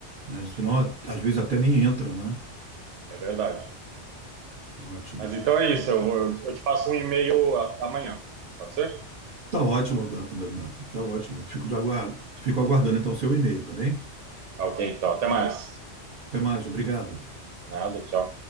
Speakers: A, on the right; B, on the right.
A: né? Senão, a- às vezes até nem entra, não é?
B: é verdade.
A: Ótimo.
B: Mas então é
A: Então,
B: isso, eu, vou, eu te passo um e-mail a- amanhã, pode ser?
A: tá ótimo, Dan- Dan- Dan, tá ótimo. Fico de aguar- fico aguardando então o seu e-mail, tá bem?
B: Tá ok, então, até mais.
A: Até mais, obrigado.
B: Nada, tchau.